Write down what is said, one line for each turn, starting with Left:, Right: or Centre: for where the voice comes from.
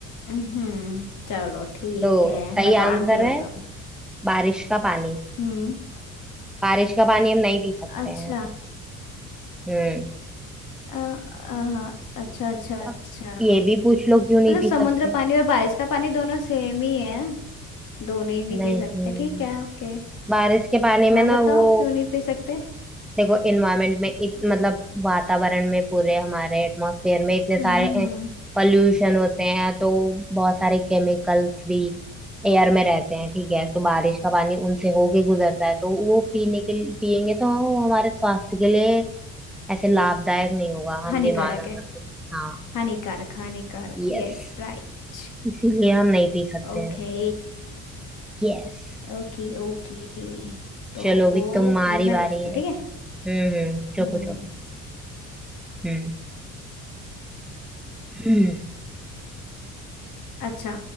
Left: हम्म चलो ठीक
Centre: तो
Left: है
Centre: सही
Left: बताओ
Centre: आंसर
Left: आंसर बताओ
Centre: है बारिश का पानी
Left: हम्म
Centre: बारिश का पानी हम नहीं पी सकते
Left: अच्छा
Centre: हैं हम्म
Left: अ, अ, अच्छा अच्छा
Centre: अब
Left: अच्छा
Centre: ये भी पूछ लो क्यों नहीं
Left: मतलब
Centre: पी
Left: समुद्र
Centre: सकते
Left: पानी और बारिश का पानी दोनों सेम ही है दोनों ही नहीं
Centre: नहीं
Left: पी सकते ठीक है ओके
Centre: बारिश के पानी
Left: हाँ
Centre: में ना
Left: बताओ
Centre: वो
Left: क्यों नहीं पी सकते
Centre: देखो एनवायरनमेंट में इत, मतलब वातावरण में पूरे हमारे एटमॉस्फेयर में इतने सारे
Left: हम्म हम्म
Centre: पॉल्यूशन होते हैं तो बहुत सारे केमिकल्स भी एयर में रहते हैं ठीक है तो बारिश का पानी उनसे होके गुजरता है तो वो पीने के लिए पियेंगे तो वो हमारे स्वास्थ्य के लिए ऐसे लाभदायक नहीं होगा
Left: हानिकारक
Centre: हम बीमार हो
Left: है
Centre: सकते हाँ
Left: हानिकारक हानिकारक
Centre: यस
Left: yes right
Centre: इसीलिए हम नहीं पी सकते
Left: Okay
Centre: हैं यस
Left: Okay okay तो
Centre: चलो अभी तुम्हारी
Left: फिर मैं
Centre: बारी
Left: पूछती
Centre: है
Left: हूँ ठीक है
Centre: हम्म हम्म पूछो
Left: हम्म
Centre: पूछो हम्म <clears throat>
Left: अच्छा